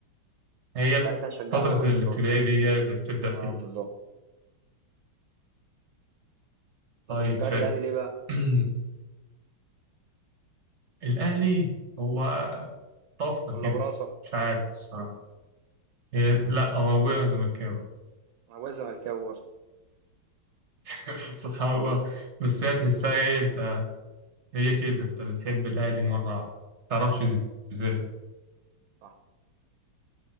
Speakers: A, on the right; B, on the right.
A: هي
B: فساعتها شجعت
A: فترة
B: برشلونه
A: الابتدائي دي هي اللي بتبدأ
B: اه
A: فيها
B: بالظبط
A: طيب
B: طب وشجعت
A: حلو
B: الاهلي ليه بقى
A: <clears throat> الأهلي هو طفرة
B: ولا
A: كده
B: وراثه
A: مش عارف الصراحة هي لا هو أبويا زملكاوي
B: انا ابويا زملكاوي برضه
A: <laughs> سبحان الله بس هي تحسها إيه أنت هي كده انت بتحب الاهلي مره واحده تعرفش ازاي
B: صح